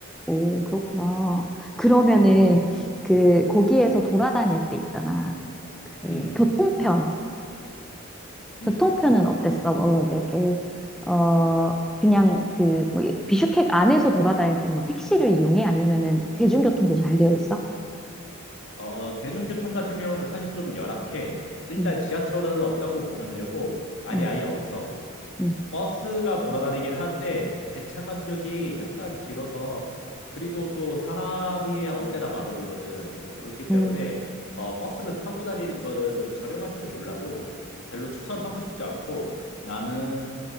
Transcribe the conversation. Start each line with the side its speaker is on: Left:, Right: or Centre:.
Centre: 오, 그렇구나. 그러면은,
Left: 음,
Centre: 그, 거기에서 돌아다닐 때 있잖아. 그,
Left: 음,
Centre: 교통편.
Left: 음.
Centre: 교통편은 어땠어? 뭐, 이제 이렇게, 어, 그냥 그, 뭐, 이- 비슈크 안에서 돌아다닐 때는 뭐 택시를 이용해? 아니면은 대중교통도 잘 되어 있어?
Left: 어, 대중교통 같은 경우는 사실 좀 열악해. 일단
Centre: 음,
Left: 지하철은 없다고 보면 되고, 아니
Centre: 음,
Left: 아예 없어.
Centre: 음,
Left: 버스가 돌아다니긴 한데 배차 간격이 약간 길어서 그리고 또 사람이 언제나 만 원이거든. 뭐 그렇기 때문에
Centre: 음,
Left: 어, 버스를 타고 다니는 거는 좀 저렴할지는 몰라도 별로 추천하고 싶지 않고 나는